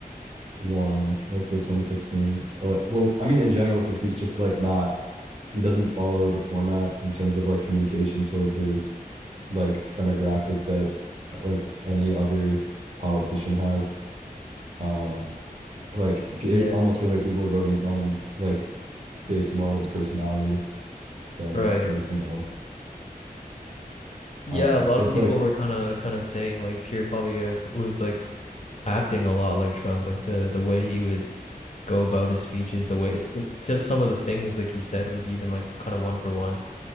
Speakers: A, on the right; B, on the left.
A: won like the 2016 ele- well I mean in general because he's just like not he doesn't follow the format in terms of like communication towards his like demographic that uh, like any other politician has um like p-
B: Yeah,
A: it almost feels like people are voting on him like based more on his personality than
B: right.
A: uh, anything else
B: Yeah,
A: um
B: a lot
A: it's
B: of people
A: like
B: were kind of kind of saying like Pierre Poilievre was like acting a lot like Trump, like the the way he would go about his speeches, the way it's just some of the things like he said was even like kind of one for one,